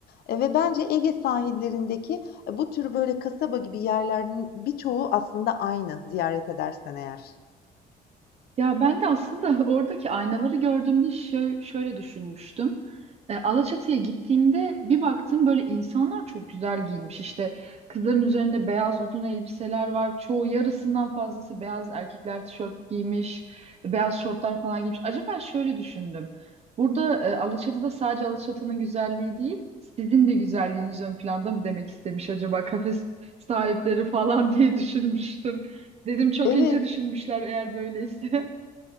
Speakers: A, on the left (about 65°); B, on the right (about 40°).
A: eee, ve bence Ege sahillerindeki, eee, bu tür böyle kasaba gibi yerlerin birçoğu aslında aynı ziyaret edersen eğer.
B: Ya ben de aslında <laughs> oradaki aynaları gördüğümde şö- şöyle düşünmüştüm. E, Alaçatı'ya gittiğimde bir baktım böyle insanlar çok güzel giyinmiş. İşte kızların üzerinde beyaz uzun elbiseler var. Çoğu yarısından fazlası beyaz erkekler tişört giymiş, beyaz şortlar falan giymiş. Acaba şöyle düşündüm. Burada e, Alaçatı'da sadece Alaçatı'nın güzelliği değil, sizin de güzelliğiniz ön planda mı demek istemiş acaba kafe sahipleri falan <laughs> diye düşünmüştüm. Dedim çok
A: Evet.
B: ince düşünmüşler eğer böyleyse. <laughs>